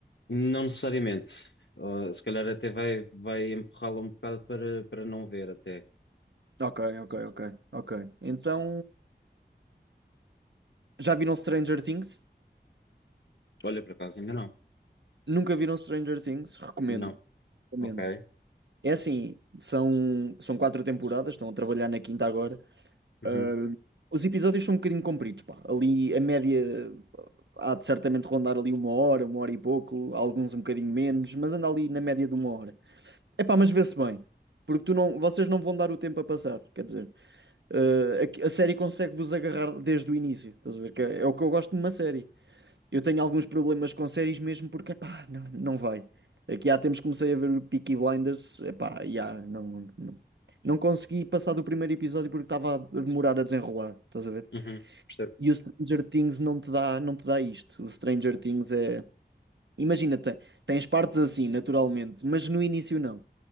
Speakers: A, on the left (about 80°); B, on the right (about 80°).
A: Não necessariamente. Ah, se calhar até vai, vai empurrá-la um bocado para, para não ver até.
B: Ok, ok, ok, ok. Então, já viram Stranger Things?
A: Olha, por acaso, ainda não.
B: Nunca viram Stranger Things? Recomendo,
A: Não.
B: recomendo.
A: Ok.
B: É assim, são, são quatro temporadas, estão a trabalhar na quinta agora.
A: Uhum.
B: Ah, os episódios são um bocadinho compridos, pá. Ali a média há de certamente rondar ali uma hora, uma hora e pouco, alguns um bocadinho menos, mas anda ali na média de uma hora. Epá, mas vê-se bem, porque tu não, vocês não vão dar o tempo a passar, quer dizer. Uh, a, a série consegue-vos agarrar desde o início. Estás a ver? Que é, é o que eu gosto de uma série. Eu tenho alguns problemas com séries mesmo porque, pá, não, não vai. Aqui há tempos comecei a ver o Peaky Blinders, epá, já, não, não, não consegui passar do primeiro episódio porque estava a demorar a desenrolar, estás a ver?
A: Uhum. Percebo.
B: E o Stranger Things não te dá, não te dá isto. O Stranger Things é. Imagina, tem, tens partes assim, naturalmente, mas no início não.